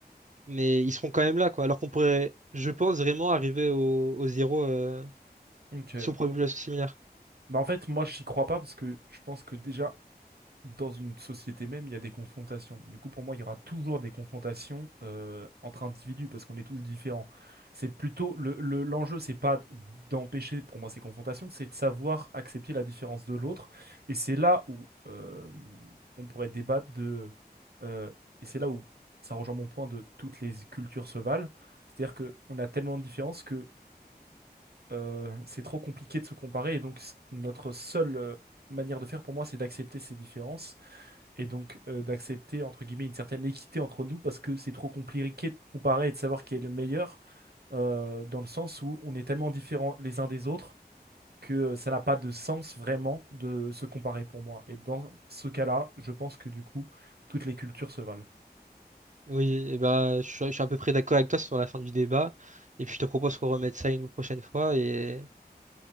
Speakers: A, on the right; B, on the right.
A: mais ils seront quand même là, quoi. Alors qu'on pourrait, je pense, vraiment arriver au, au zéro euh,
B: Donc, Ouais,
A: si on prend une population similaire.
B: Bah en fait, moi, j'y crois pas parce que je pense que déjà, dans une société même, il y a des confrontations. Du coup, pour moi, il y aura toujours des confrontations euh, entre individus parce qu'on est tous différents. C'est plutôt le, le- l'enjeu, c'est pas d'empêcher pour moi ces confrontations, c'est de savoir accepter la différence de l'autre. Et c'est là où euh, on pourrait débattre de. euh, et c'est là où ça rejoint mon point de toutes les cultures se valent. C'est-à-dire qu'on a tellement de différences euh, c'est trop compliqué de se comparer. Et donc, s- notre seule euh, manière de faire pour moi, c'est d'accepter ces différences et donc euh, d'accepter, entre guillemets, une certaine équité entre nous parce que c'est trop compliqué de comparer et de savoir qui est le meilleur euh, dans le sens où on est tellement différents les uns des autres que euh, ça n'a pas de sens vraiment de se comparer pour moi. Et dans ce cas-là, je pense que du coup, toutes les cultures se valent.
A: Oui, et bah, je suis, je suis à peu près d'accord avec toi sur la fin du débat. Et puis, je te propose qu'on remette ça une prochaine fois. Et